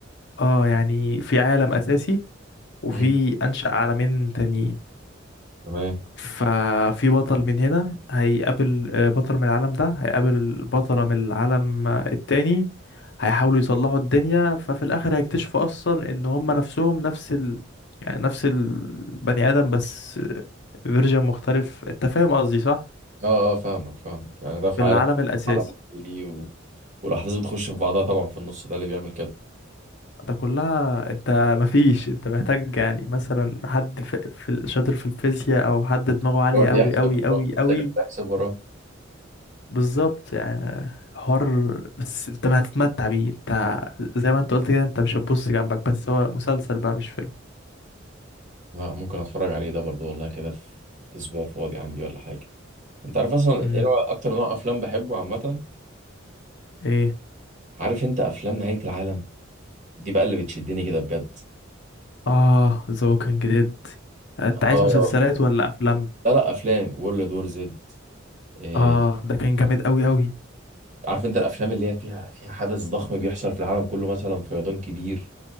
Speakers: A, on the left; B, on the right.
A: اه يعني في عالم اساسي وفي
B: مم.
A: أنشأ عالمين تانيين
B: تمام
A: ففي بطل من هنا هيقابل آه، بطل من العالم ده هيقابل بطلة من العالم آه، التاني هيحاولوا يصلحوا الدنيا ففي الآخر هيكتشفوا أصلا إن هما نفسهم نفس ال... يعني نفس البني آدم بس فيرجن مختلف أنت فاهم قصدي صح؟
B: اه اه فاهمك فاهمك يعني ده في
A: في العالم
B: عالم
A: الأساسي
B: عالم ليه و... والاحداث بتخش في بعضها طبعا في النص ده اللي بيعمل كده
A: ده كلها انت مفيش انت محتاج يعني مثلا حد في, في شاطر في الفيزياء او حد دماغه عالية
B: يقعد
A: قوي
B: يحسب
A: قوي قوي
B: وراه
A: قوي
B: ساكت يحسب وراه
A: بالظبط يعني حوار بس انت ما هتتمتع بيه انت زي ما انت قلت كده انت مش هتبص جنبك بس هو مسلسل بقى مش فيلم
B: لا ممكن اتفرج عليه ده برضه والله كده في اسبوع فاضي عندي ولا حاجه انت عارف اصلا
A: مم.
B: ايه نوع- اكتر نوع افلام بحبه عامه
A: ايه
B: عارف انت افلام نهاية العالم دي بقى اللي بتشدني كده بجد
A: اه ذا ووكينج ديد انت عايز
B: اه
A: مسلسلات ولا افلام
B: لا لا افلام وورلد وور زد إيه،
A: اه ده كان جامد قوي قوي
B: عارف انت الافلام اللي هي فيها فيها حدث ضخم بيحصل في العالم كله مثلا فيضان كبير